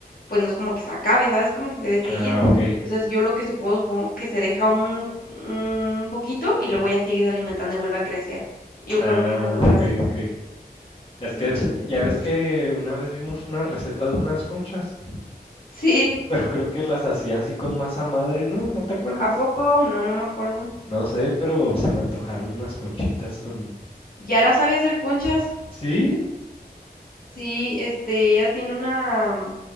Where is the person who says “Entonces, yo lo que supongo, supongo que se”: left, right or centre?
Left